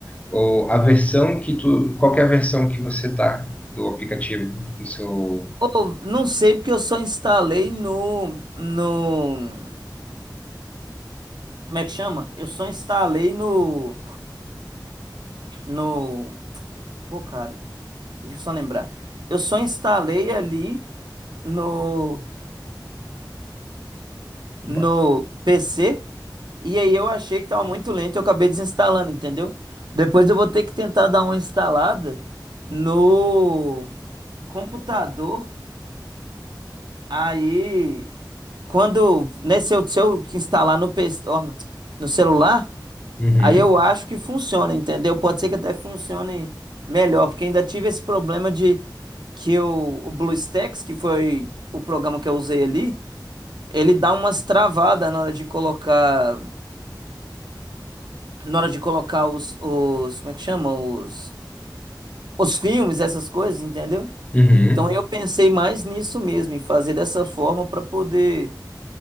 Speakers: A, on the left; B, on the right.
A: Ou a versão que tu, qual que é a versão que você tá do aplicativo no seu
B: Ou, não sei porque eu só instalei no, no... Como é que chama? Eu só instalei no... No... Pô, cara, deixa eu só lembrar. Eu só instalei ali no...
A: Opa.
B: No PC e aí eu achei que tava muito lento e eu acabei desinstalando, entendeu? Depois eu vou ter que tentar dar uma instalada no computador Aí, quando, né, se eu, se eu instalar no PC, ó, no, no celular,
A: Uhum,
B: aí eu acho que funciona, entendeu? Pode ser que até funcione melhor, porque ainda tive esse problema de que o, o BlueStacks, que foi o programa que eu usei ali, ele dá umas travadas na hora de colocar, na hora de colocar os, os, como é que chama? Os, os filmes, essas coisas, entendeu?
A: uhum,
B: Então eu pensei mais nisso mesmo, em fazer dessa forma para poder